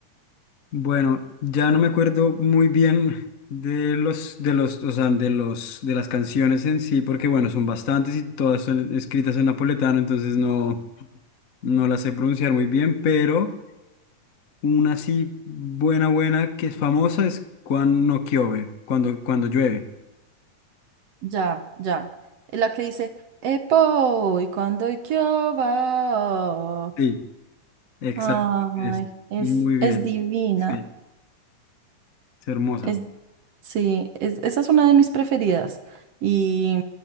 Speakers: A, on the left (about 85°); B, on the right (about 65°).
A: Bueno, ya no me acuerdo muy bien de los, de los, o sea, de los, de las canciones en sí, porque bueno, son bastantes y todas son escritas en napoletano, entonces no, no las sé pronunciar muy bien, pero una así buena, buena, que es famosa es Cuando no Kiove, cuando, cuando llueve.
B: Ya, ya. Es la que dice... Epo, y cuando y qué va.
A: Sí, exacto,
B: Ay,
A: es
B: es,
A: muy bien,
B: es divina.
A: sí, es hermosa.
B: Es, sí, es- esa es una de mis preferidas. Y,